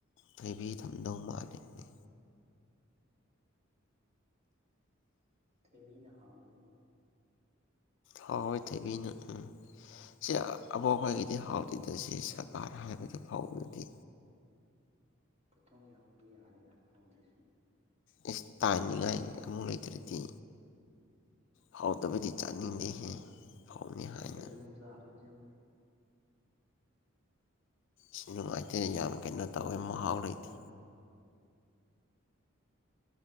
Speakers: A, on the left; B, on the right.
A: ꯊꯣꯏꯕꯤ ꯊꯝꯗꯧ ꯃꯥꯜꯂꯤꯅꯤ
B: ꯇꯦꯕꯤꯅ ꯍꯥꯎꯕꯅꯤꯀꯣ
A: ꯍꯣꯏ ꯍꯣꯏ ꯊꯣꯏꯕꯤꯅ ꯎꯝ ꯁꯤ ꯑꯕꯣꯛ ꯑꯩꯈꯣꯏꯒꯤꯗꯤ ꯍꯥꯎꯇꯗꯁ ꯁꯔꯀꯥꯔ ꯍꯥꯏꯕꯗꯨ ꯐꯥꯎꯕꯗꯨꯗꯤ
B: ꯄꯣꯊꯣꯛ ꯌꯥꯝꯃꯗꯤ ꯌꯥꯔꯦꯗ ꯍꯥꯎꯗ꯭ꯔꯤꯁꯦ
A: ꯑꯦꯁ ꯇꯥꯅꯤꯡꯉꯥꯏ ꯑꯃꯨꯛ ꯂꯩꯇ꯭ꯔꯗꯤ ꯐꯥꯎꯗꯕꯗꯤ ꯆꯥꯅꯤꯡꯗꯦꯍꯦ ꯐꯧꯅꯤ
B: <unintelligible>
A: ꯍꯥꯏꯅ ꯁꯤ ꯅꯨꯡꯉꯥꯏꯇꯦ ꯌꯥꯝ ꯀꯩꯅꯣ ꯇꯧꯋꯦ ꯃꯍꯥꯎ
B: ꯌꯥꯝ ꯂꯩꯕꯅꯤꯅ
A: ꯂꯩꯇꯦ